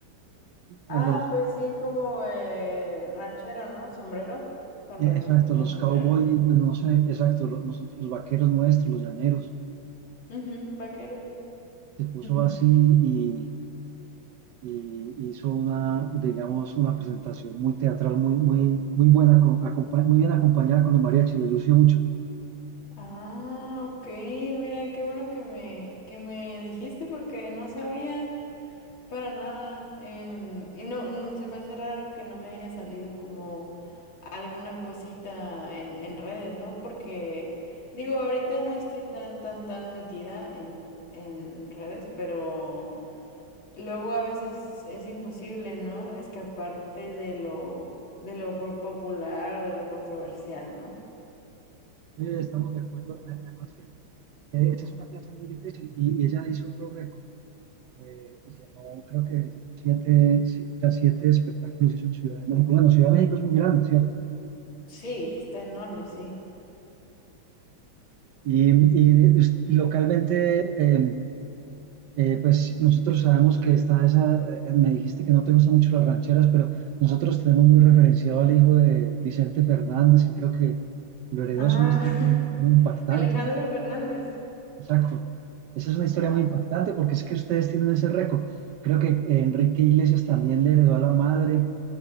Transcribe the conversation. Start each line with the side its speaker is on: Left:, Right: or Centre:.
Right: a
Left: Ah,
Right: los,
Left: pues sí, como eh, ranchero, ¿no? Sombrero. Con,
Right: eh,
Left: ra-
Right: exacto,
Left: con
Right: los
Left: sombrero.
Right: cowboy, no sé, exacto, lo- nosotros, los vaqueros nuestros, los llaneros,
Left: Ujú, vaquero, sí.
Right: se puso
Left: Ujú.
Right: así y, y hizo una, digamos, una presentación muy teatral, muy, muy, muy buena, con- acompa- muy bien acompañada con los mariachis, le lució mucho.
Left: Ah, ok, mira, qué bueno que me, que me dijiste porque no sabía para nada. em, y no, mm, se me hace raro que no me haya salido como alguna cosita en, en redes, ¿no? Porque digo, ahorita no estoy tan, tan, tan metida en, en redes, pero luego a veces es imposible, ¿no? Escaparte de lo, de lo po- popular o de lo controversial, ¿no?
Right: Sí, estamos de acuerdo, a- además que eh, esa es una plaza muy difícil y y ella hizo otro récord Eh, llenó, creo que llenó siete, si- ya siete espectáculos en Ciudad de México. Bueno, Ciudad de México es muy grande, ¿cierto?
Left: Sí, está enorme, sí.
Right: Y, y us- localmente, eh, eh, pues nosotros sabemos que está esa, eh, me dijiste que no te gustan mucho las rancheras, pero nosotros tenemos muy referenciado al hijo de Vicente Fernández, que creo que lo heredó,
Left: Ah,
Right: es una historia
Left: <laughs>
Right: muy impactante.
Left: Alejandro Fernández.
Right: Exacto. Esa es una historia
Left: Ah,
Right: muy impactante porque es que ustedes tienen ese récord. Creo que Enrique Iglesias también le heredó a la madre